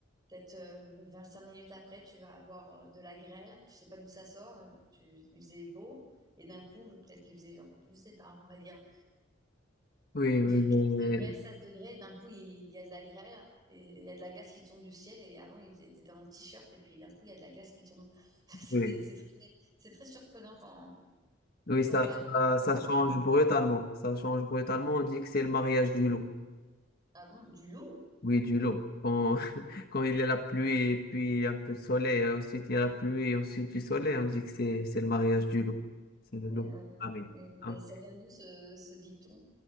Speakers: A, on the right; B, on the left.
A: peut-être euh, cinq minutes après, tu vas avoir euh, de la grêle. Tu sais pas d'où ça sort. Tu, il faisait beau et d'un coup, peut-être qu'il faisait genre, je sais pas, on va dire
B: Oui, oui, mais-
A: 15 degrés, 16 degrés, d'un coup, il y a de la grêle, et il y a de la glace qui tombe du ciel, et avant, il était en t-shirt, et puis d'un coup, il y a de la glace qui tombe. <laughs> C'était-
B: oui.
A: C'est très, c'est très surprenant quand,
B: Oui,
A: comment
B: ça,
A: la nature
B: ça, ça
A: elle opère.
B: change brutalement. Ça change brutalement. On dit que c'est le mariage du loup.
A: Ah bon, du loup?
B: Oui, du lot. Quand, <laughs> quand il y a la pluie et puis un peu de soleil, euh, ensuite il y a la pluie et ensuite du soleil, on dit que c'est, c'est le mariage du lot. C'est le
A: Mais,
B: lot.
A: euh,
B: Ah oui.
A: mais-
B: Hein.
A: mais ça vient d'où ce, ce dicton?